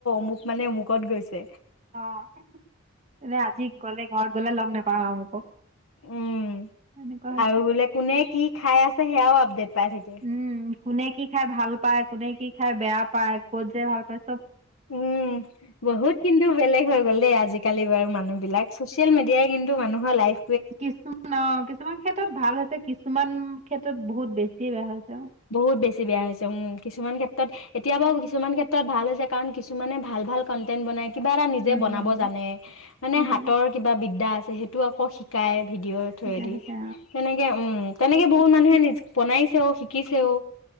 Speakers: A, on the left; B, on the right.
A: মোক মানে অমুকত গৈছে
B: অ এ আজি গ'লে ঘৰত গ'লে লগ নোপাম আমুকক
A: উম
B: এনেকুৱা হৈছে
A: আৰু বোলে কোনে কি খাই আছে সেয়াও আপডেট পাই থাকে।
B: উম কোনে কি খাই ভাল পায় কোনে কি খাই বেয়া পায় ক'ত যে ভাল পাই।
A: উম বহুত কিন্তু বেলেগ হৈ গ'ল দেই আজিকালি বাৰু মানুহ বিলাক চচিয়েল মি দিয়াই কিন্তু মানুহৰ লাইফ
B: কিছুমান অ কিছুমান ক্ষেত্ৰত ভাল হৈছে কিছুমান ক্ষেত্ৰত বহুত বেছিয়ে বেয়া হৈছে।
A: বহুত বেছি বেয়া হৈছে উম কিছুমান ক্ষেত্ৰত এতিয়া বাৰু কিছুমান ক্ষেত্ৰত ভাল হৈছে কাৰণ কিছুমানে ভাল ভাল কন্টেন্ট বনাই কিবা এটা নিজে
B: উম
A: বনাব
B: উম
A: জানে মানে
B: সেইটোৱে
A: হাতৰ কিবা বিদ্যা যে সেইটো আকৌ শিকায় ভিডিঅ' থোৱেদি
B: শিকা শিকা
A: তেনেকে তেনেকে বহুত মানুহে নিজ বনাইছেও শিকি শিকিছেও